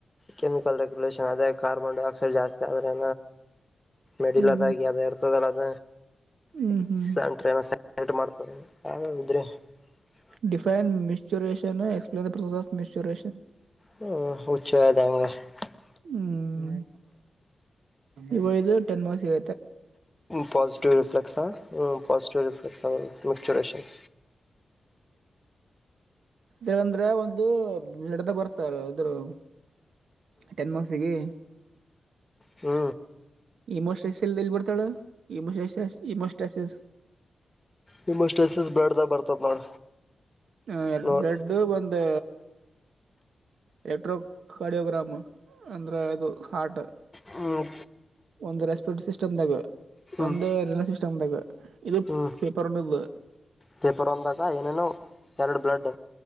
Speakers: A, on the left; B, on the right.
A: ಕೆಮಿಕಲ್ ರೆಗ್ಯುಲನ್ ದೇ ಕಾರ್ಬನ್ ಡೈ ಆಕ್ಸೈಡ್ ಜಾಸ್ತಿ ಆದ್ರ ಮೆಡಿಲ್
B: ಹ್ಮ್
A: ಅದಾಗಿ ಅದ ಇರ್ತದಲ್ಲ ಅದ
B: ಹ್ಮ್
A: <unintelligible>
B: ಹ್ಮ್ ಹ್ಮ್ define micturition explain the process ಆ್ ಮಿಸ್ಟೂರೇಶನ್
A: <unintelligible>
B: ಹ್ಮ್ ಇವೈದು ಟೆನ್ ಮಾರ್ಸಿಗ
A: ಪೊಾಸಿಟಿವಿವ್ ರಿಫ್ಲೆಕ್ಸ್ ಹ್ಞ ಪಾಸಿಟಿವ್ ರಿಫ್ಲೆಕ್ಟ್ಸ್ ಆ ಮ್ಲಿಕ್ಚುರೇಷನ್
B: ಇದಂದ್ರೆ ಒಂದು ಎಡತ ಬರ್ತಾರ ಇದರು ಟೆನ್ ಮಾರ್ಕ್ಸಿಗೆ
A: ಹೂ
B: ಇಮೋಸ್ಟಸ್ಸ ಎಲ್ಲಿ ಬರ್ತಾಳ ಇಮೋಸ್ ಇಮೋಸ್ಟಸಸ್
A: ನಿಮಮ್ಮಷ್ಟ ಎಸಸ್ ಬೇಡದಾಗ ಬರ್ತದ ನೋಡ
B: ಹ ಎರಡು
A: ನೋಡ
B: ಬ್ರೆಡ್ಡ್ ಒಂದು ಎಟ್ರೋ ಕೊಡಿಯೋಗ್ರಾಮ್ ಅಂದ್ರೆ ಅದು ಹಾರ್ಟ
A: ಹ್ಮ್
B: ಒಂದು ರೆಸ್ಪೆಟ್್ಟ ಸ್ಟಮ್ದಾಗ
A: ಹ್ಮ್
B: ಒಂದು ರಲ್ವೆ ಸಿಸ್ಟಮ್ದಾಗ ಇದು
A: ಹ್ಮ್
B: ಪೇಪರ್ ಅನ್ನೋದು
A: ಪೇಪರ್ ಒಂದಾಗ ಏನೇನುೋ ಎರಡು ಬ್ಲಡ್